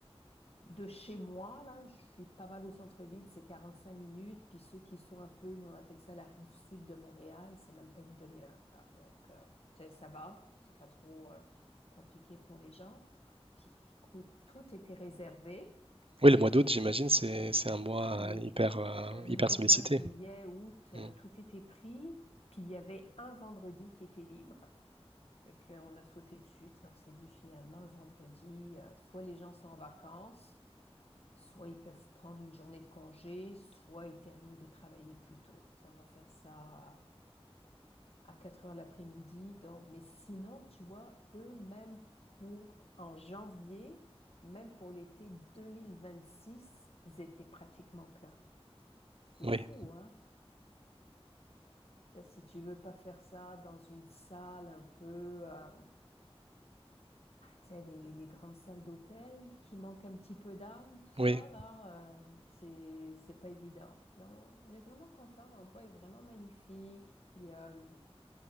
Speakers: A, on the left; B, on the right.
A: de chez moi, là, je suis pas mal au centre-ville, c'est 45 minutes. Puis ceux qui sont un peu, nous on appelle ça la rive sud de Montréal, c'est même pas une demi-heure. là. Donc, euh, tu sais, ça va, c'est pas trop euh, compliqué pour les gens. Puis écoute, tout était réservé.
B: Oui, le mois d'août, j'imagine, c'est c'est un mois
A: Ah, mais
B: euh, hyper, euh,
A: euh, mai,
B: hyper sollicité.
A: juin, juillet, août, euh,
B: Mm.
A: tout était pris. Puis il y avait un vendredi qui était libre. Fait qu'on a sauté dessus. tu sais, On s'est dit finalement, un vendredi, euh, soit les gens sont en vacances. Soit ils peuvent prendre une journée de congé, soit ils terminent de travailler plus tôt. Ça, on va faire ça à 4 heures l'après-midi. Donc, mais sinon, tu vois, eux, même pour en janvier, même pour l'été 2026, ils étaient pratiquement pleins. C'est
B: Oui,
A: fou, hein? Si tu veux pas faire ça dans une salle un peu, euh, C'est les, les grandes salles d'hôtel qui manquent un petit peu d'âme, tout ça,
B: oui.
A: là, euh, c'est, c'est pas évident. Mais on, on est vraiment content, l'endroit est vraiment magnifique. Puis, euh,